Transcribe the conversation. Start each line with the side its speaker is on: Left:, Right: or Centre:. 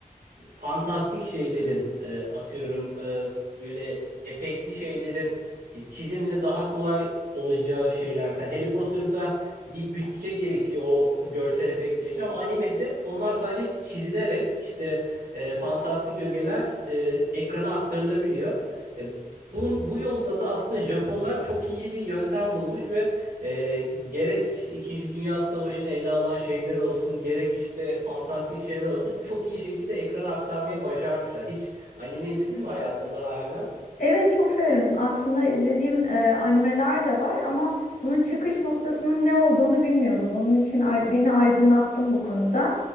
Right: fantastik şeylerin e, atıyorum e, böyle efektli şeylerin e, çizimle daha kolay olacağı şeylerse Harry Potter'da bir bütçe gerekiyor o görsel efektler için ama animede onlar sadece çizilerek işte e, fantastik ögeler e, ekrana aktarılabiliyor. E, bu, bu yolla da aslında Japonlar çok iyi bir yöntem bulmuş ve e, gerek işte İkinci Dünya Savaşı'nı ele alan şeyler olsun, gerek işte fantastik şeyler olsun çok iyi şekilde ekrana aktarmayı başarmışlar. Hiç anime izledin mi hayatında daha evvel?
Left: Evet çok severim. Aslında izlediğim e, animeler de var ama bunun çıkış noktasının ne olduğunu bilmiyordum. Onun için ay- beni aydınlattın bu konuda.